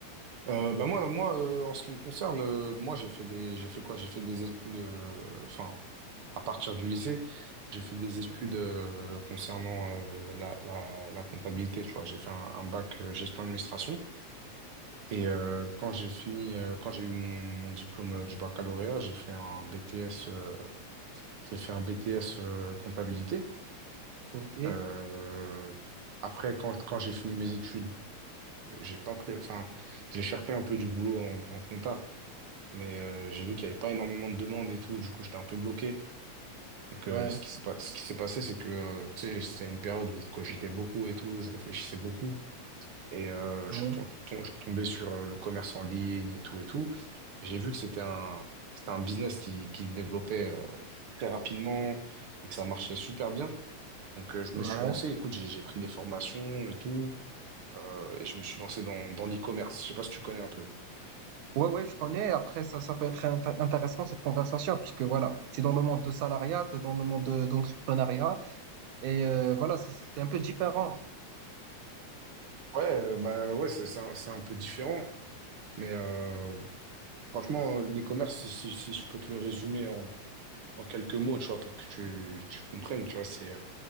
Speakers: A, on the right; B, on the right.
A: euh, bah moi, moi euh, en ce qui me concerne, euh, moi, j'ai fait des, j'ai fait quoi? J'ai fait des études, euh, enfin, à partir du lycée, j'ai fait des études
B: Ok,
A: euh, concernant euh, la, la, la comptabilité, tu vois. J'ai fait un, un bac euh, gestion administration. Et euh, quand j'ai fini, euh, quand j'ai eu mon, mon diplôme euh, du baccalauréat, j'ai fait un BTS, euh, j'ai fait un BTS euh, comptabilité.
B: ok,
A: Euh, après, quand, quand j'ai fini mes études, j'ai pas pris, enfin, j'ai cherché un peu du boulot en, en compta, mais euh, j'ai vu qu'il n'y avait pas énormément de demandes et tout, du coup, j'étais un peu bloqué. Donc,
B: ouais,
A: euh, ce qui s'est pas, ce qui s'est passé, c'est que, euh, tu sais, c'était une période où je cogitais beaucoup et tout, je réfléchissais beaucoup. Et euh, je
B: ouais,
A: suis tom- je suis tom- je suis tombé sur euh, le commerce en ligne et tout et tout. J'ai vu que c'était un, c'était un business qui, qui se développait euh, très rapidement et que ça marchait super bien. Donc euh, je
B: ouais.
A: me suis lancé, écoute, j'ai j'ai pris des formations et tout, euh, et je me suis lancé dans, dans l'e-commerce. Je sais pas si tu connais un peu.
B: Ouais, ouais, je connais. Après, ça, ça peut être int- intéressant cette conversation, puisque voilà, c'est dans le monde de salariat, t'es dans le monde de- d'entrepreneuriat, et euh, voilà, c'est c'est un peu différent.
A: Ouais, euh, bah ouais, c'est c'est un, c'est un peu différent. Mais euh, franchement, l'e-commerce, si, si, si je peux te le résumer en, en quelques mots, tu vois, pour que tu, tu comprennes, tu vois, c'est